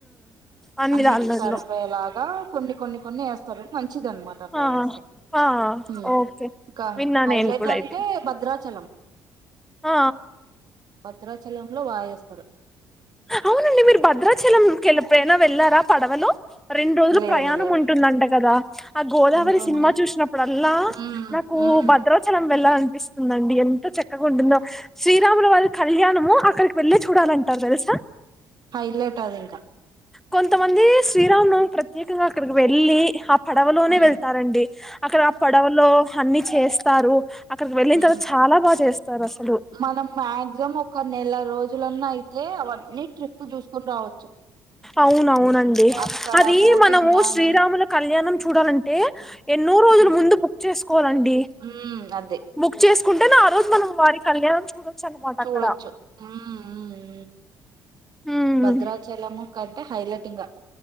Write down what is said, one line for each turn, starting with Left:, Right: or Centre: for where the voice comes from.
Centre: అన్ని
Right: అన్నిటికి
Centre: దాన్లల్లో
Right: సరిపోయేలాగా కొన్ని కొన్ని కొన్ని వేస్తారు మంచిది అనమాట అట్లా
Centre: ఆ
Right: వేస్తే
Centre: ఆ
Right: హ్మ్మ్
Centre: ఓకే
Right: ఇంకా
Centre: విన్నా
Right: హైలైట్
Centre: నేను కూడా
Right: అంటే
Centre: ఇది
Right: భద్రాచలం
Centre: ఆ
Right: భద్రాాచలంలో వాయస్
Centre: అవునండి మీరు భద్రాచలం కెలుప్పుైనా వెళ్ళారా పడవలు రెండు రోజులు
Right: లేదు
Centre: ప్రయాణం
Right: లేదు
Centre: ఉంటుందంట. గాదా ఆ గోదావరి
Right: ఉంటుంది
Centre: సినిమా చూసినప్పుడల్లా
Right: ఉమ్
Centre: నాకు
Right: ఉమ్
Centre: భద్రాచలం వెళ్ళాలీ. వినిపిస్తుందండి ఎంత చక్కగా ఉంటుందో శ్రీరాములవారి కళ్యాణము అక్కడికి వెళ్ళి చూడాలంటారు తెలుసా
Right: హైలైట్ అది ఇంకా
Centre: కొంతమంది శ్రీరామనవమి ప్రత్యేకంగా అక్కడికి వెళ్ళి పడవలోనే
Right: ఉమ్
Centre: వెళ్తారండి. అక్కడ పడవలో అన్ని చేస్తారు అక్కడికి వెళ్ళిన
Right: ఉ
Centre: తర్వాత చాలా బాగా చేస్తారు అసలు
Right: మనం మాక్సిమం ఒక నెల రోజులన్నా అయితే అవన్నీ ట్రిప్ చూసుకుని రావచ్చు.
Centre: అవునవునండి.
Right: అక్కడ
Centre: అది
Right: బోటింగ్
Centre: మనము
Right: గానీ
Centre: శ్రీరాముల కళ్యాణ్ మనం చూడాలం టె ఎన్నో రోజుల
Right: ఉమ్
Centre: ముందు బుక్ చేసుకోవాలండి
Right: ఉమ్ అదే
Centre: బుక్ చేసుకుం కుంటేనే ఆరోజు మనం వారి కల్యాణం చూడొచ్చు. అనమాట
Right: చూడొచ్చు
Centre: అక్కడ
Right: హ్ ఉ ఊ
Centre: ఉమ్
Right: భద్రాచలమా కంటే హైలెట్ ఇంగ